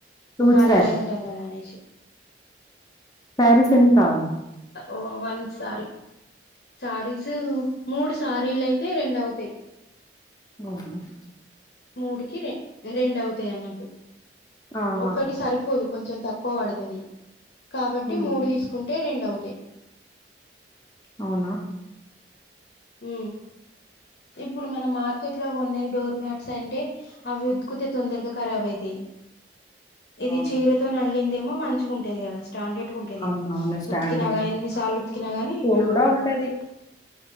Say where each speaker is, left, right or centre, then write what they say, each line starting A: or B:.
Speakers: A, on the left; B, on the left.
A: సూట్
B: ఖాళీగానే ఉంటాం కదా అనేసి.
A: సారిస్ అన్ని కావాలి.
B: ఓ వన్ శారీ. శారీస్ మూడు శారీలు అయితే రెండు అవుతాయి.
A: ఉమ్మ్.
B: మూడుకి రె రెండు అవుతాయి అన్నట్టు
A: ఆహా
B: ఒక్కటి సరిపోదు కొంచెం తక్కువ పడుతది కాబట్టి
A: ఉమ్.
B: మూడు తీసుకుంటే రెండు అవుత తి
A: అవునా
B: ఉ ఇప్పుడు మన మార్కెట్ లో కొన్నాయి డోర్మట్స్ అంటే అవి ఉతుకితే తొందరగా ఖరాబ్ అయితాయి ఇది
A: అవును
B: చీరతోను అల్లింది ఏమో మంచిగా ఉంటది కదా స్టాండర్డ్ గా ఉంటాది
A: అవునవును స్టాండ్
B: ఉతికినా
A: నెక్
B: గాని ఎన్ని సార్లు ఉతికినా గాని
A: షో
B: ఆ
A: కూడా ఉంటది